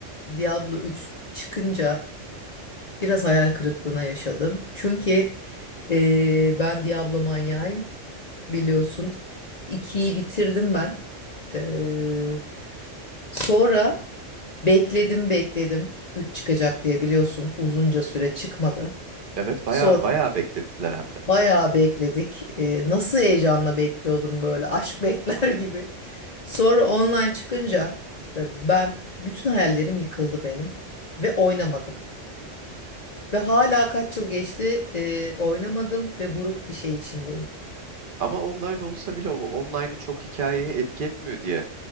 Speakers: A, on the left; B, on the right.
A: Diablo 3 çıkınca biraz hayal kırıklığına yaşadım. Çünkü e, ben Diablo manyağıyım biliyorsun. ikiyi bitirdim ben. E, sonra bekledim bekledim. üç çıkacak diye biliyorsun uzunca süre çıkmadı.
B: Evet
A: Sonra
B: bayağı bayağı beklettiler hem de.
A: Bayağı bekledik. Ee, nasıl heyecanla bekliyordum böyle aşk bekler <laughs> gibi. Sonra online çıkınca e, ben bütün hayallerim yıkıldı benim ve oynamadım. Ve hala kaç yıl geçti e, oynamadım ve buruk bir şey içindeyim.
B: Ama online olsa bile o online'ı çok hikayeye etki etmiyor diye